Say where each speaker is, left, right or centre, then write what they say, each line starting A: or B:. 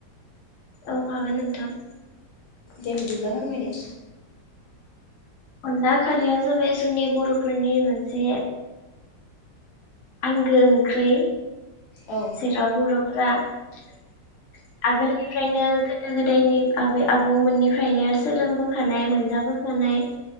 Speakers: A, on the left (about 55°); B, on the left (about 80°).
A: औ हागोन नोंथां।
B: दे बिदिब्ला फोरमायदो
A: अनला खाारिया जाबाय जोंनि बर'फोरनि मोनसे आंगो ओंख्रि
B: औ
A: जेराव बर' <unintelligible> आगोलनिफ्रायनो गोदो गोदायनि आबै आबौमोननिफ्रायनो सोलोंबोखानाय मोनजाबोखानाय